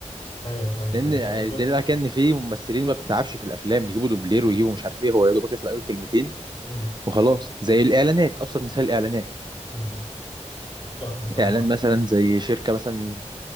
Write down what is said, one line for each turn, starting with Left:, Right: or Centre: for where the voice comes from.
Left: ايوه انا فاهمك
Right: لان
Left: يعني انت
Right: الدليل
Left: قصدك
Right: على كده ان في ممثلين ما بتتعبش في الافلام بيجيبوا دوبلير ويجيبوا مش عارف ايه هو يا دوبك يطلع يقول كلمتين
Left: امم
Right: وخلاص زي الاعلانات ابسط مثال الاعلانات
Left: امم صح انت معاك
Right: اعلان
Left: حق
Right: مثلا زي شركه مثلا